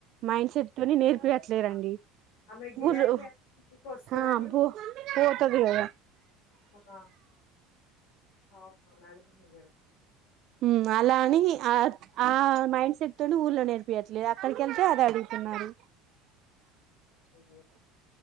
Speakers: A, on the right; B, on the left.
A: మైండ్ సెట్ ని నేర్పియట్లేరండి
B: ఓహ్! ఆ! ఆమె గిరాకీ
A: ఊర్లో
B: అంతా మీకొస్తదని
A: అ
B: ఆ! అవునవును. అది గూడా నిజమే.
A: మ్ అలా అని ఆ ఆ మైండ్ సెట్ తోని ఊర్లో నేర్పియట్లేదు అక్కడికెళ్తే అది అడుగుతున్నారు
B: అ